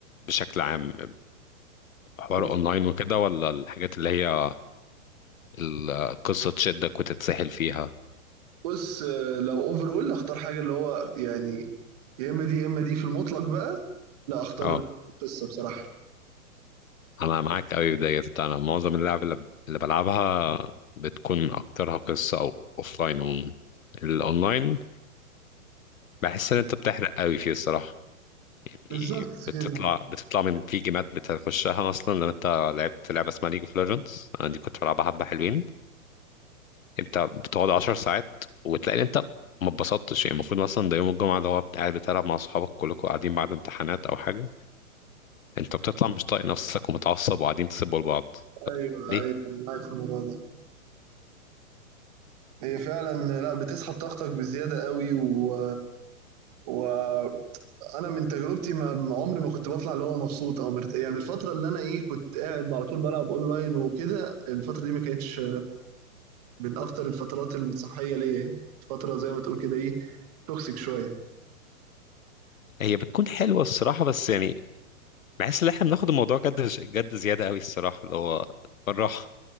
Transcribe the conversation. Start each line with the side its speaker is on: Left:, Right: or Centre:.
Left: بشكل عام حوار
Right: بص
Left: اونلاين وكده ولا الحاجات اللي هي القصة تشدك وتتسحل فيها
Right: بص آه، لو أوفرول أختار حاجة اللي هو يعني يا إما دي يا إما دي في المطلق بقى لأ أختار
Left: اه
Right: القصة بصراحة
Left: انا معاك قوي ديت انا معظم اللعب اللي اللي بلعبها بتكون اكترها قصة او اوفلاين عموما الاونلاين بحس ان انت بتحرق قوي فيه الصراحة يعني
Right: بالظبط
Left: بتطلع
Right: كده
Left: بتطلع من في جيمات بتخشها اصلا لو انت لعبت لعبة اسمها ليج اوف ليجندز انا دي كنت بلعبها حبة حلوين انت بتقعد 10 ساعات وتلاقي ان انت ما اتبسطتش يعني المفروض مثلا ده يوم الجمعه ده هو قاعد بتلعب مع اصحابك كلكم قاعدين بعد امتحانات او حاجه انت بتطلع مش طايق نفسك ومتعصب وقاعدين تسبوا لبعض طب
Right: ايوه
Left: ليه
Right: ايوه انا معاك في الموضوع ده هي فعلا لا بتسحب طاقتك بزياده قوي و... وانا من تجربتي ما ما عمري ما كنت بطلع اللي هو مبسوط او مرت... يعني الفتره اللي انا ايه كنت قاعد على طول بلعب اونلاين وكده الفتره دي ما كانتش من اكتر الفترات الصحيه ليا يعني. فتره زي ما تقول كده ايه توكسيك شويه
Left: هي بتكون حلوه الصراحه بس يعني بحس ان احنا بناخد الموضوع جد جد زياده قوي الصراحه اللي هو بالراحه